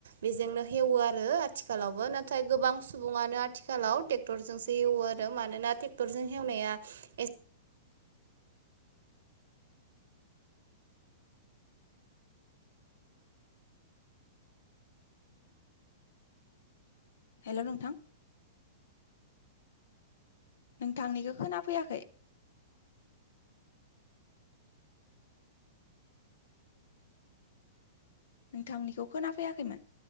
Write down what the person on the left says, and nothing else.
हेल' नोंथां नोंथांनिखौ खोना फैयाखै नोंथांनिखौ खोना फैयाखैमोन